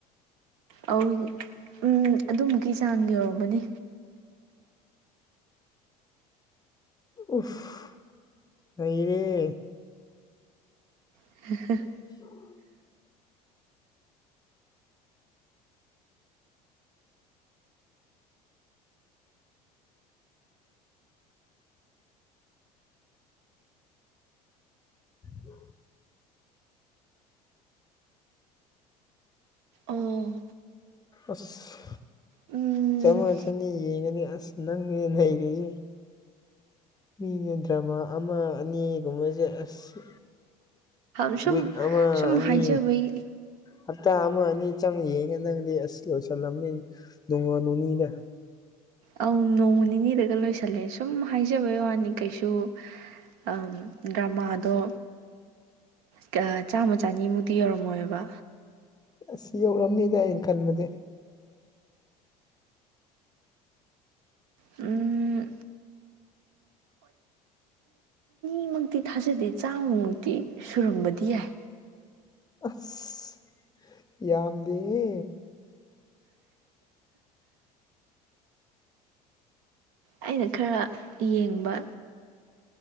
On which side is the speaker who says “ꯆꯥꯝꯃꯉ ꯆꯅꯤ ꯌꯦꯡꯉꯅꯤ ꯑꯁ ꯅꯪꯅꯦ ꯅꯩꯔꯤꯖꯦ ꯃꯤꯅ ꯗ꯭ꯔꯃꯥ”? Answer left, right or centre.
Left